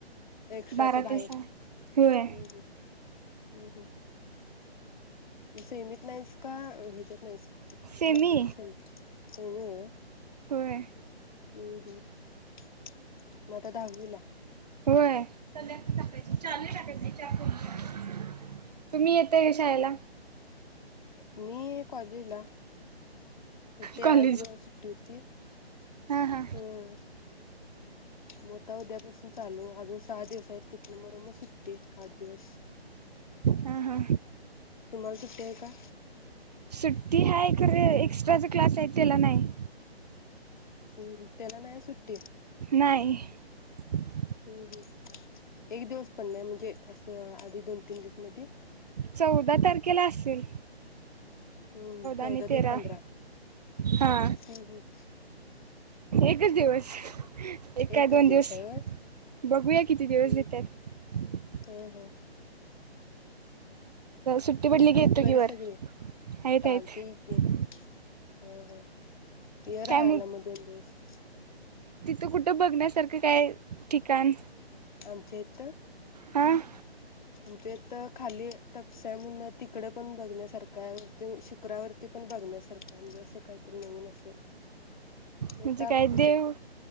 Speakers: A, on the left; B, on the right.
A: एक्स्ट्राच
B: बारा
A: बाहेर
B: ते सहा होय
A: हम्म हम्म हम्म हम्म मग सेमीत नाहीस? का ह्याच्यात नाहीस
B: सेमी
A: मराठी स सेमी व्हयं
B: होय
A: हम्म हम् मग आता दहावी ला?
B: होय संध्याकाळी टाकायची चालू टाकायची तुम्ही येताय का शाळेला?
A: मी कॉलेजला ते
B: कॉलेज
A: आज सुट्टी होती
B: हा हा
A: हम् मग आता उद्यापासून चालू अजून सहा दिवस आहेत तिथन मर मग सुट्टी आठ दिवस
B: हा हा
A: तुम्हाला सुट्टी आहे का?
B: सुट्टी हायं खरं एक्स्ट्राचा क्लास आहे त्याला नाही
A: हम्म त्याला नाही सुट्टी
B: नाही <inaudible>
A: हम्म हम् एक दिवस पण नाही म्हणजे असं आधी दोन तीन दिवस मध्ये
B: चौदा तारखेला असेल
A: हम्म चौदा
B: आणि तेरा
A: ते पंधरा
B: हा
A: हम्म हम्
B: एकच दिवस. एका
A: एकच
B: दोन दिवस
A: आहे होय
B: बघूया किती दिवस
A: हम्म
B: देतात
A: हा हा
B: सुट पडली की
A: आहेत
B: येतो
A: बरी
B: की वर
A: सगळी
B: आहेत
A: चालतय
B: आहेत
A: की हा हा ये राहाला
B: काय
A: मग दोन दिवस
B: तु कुठं बघण्यासारखं काय ठिकाण?
A: आमचेे हित
B: हं
A: आमच्या हित तर खाली तपसा आहे म्हणून तिकडं पण बघण्यासारखं आहे शुक्रावरती पण बघण्यासारखं आहे म्हणजे असं काहीतरी नवीन असं म
B: म्हणजे
A: तप
B: काय देव